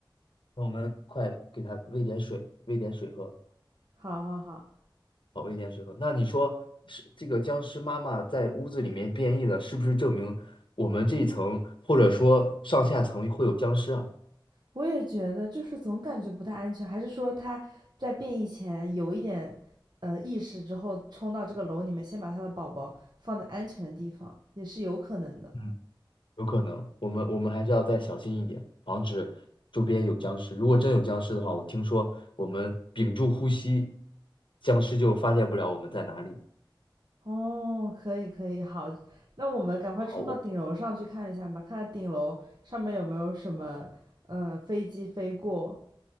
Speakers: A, on the left; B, on the right.
A: 那我们快给他喂点水，喂点水喝。
B: 好好好，
A: 哦，危险时刻。那你说是这个僵尸妈妈在屋子里面变异了，是不是证明我们这一层或者说上下层会有僵尸啊？
B: 我也觉得，就是总感觉不太安全，还是说他在变异前有一点呃意识之后，冲到这个楼里面，先把他的宝宝放在安全的地方，也是有可能的。
A: 嗯，有可能，我们我们还是要再小心一点，防止周边有僵尸。如果真有僵尸的话，我听说我们屏住呼吸，僵尸就发现不了我们在哪里。
B: 哦，可以可以，好，那我们赶快冲到顶楼上去看一下吧，
A: 好，我
B: 看看顶楼上面有没有什么呃飞机飞过。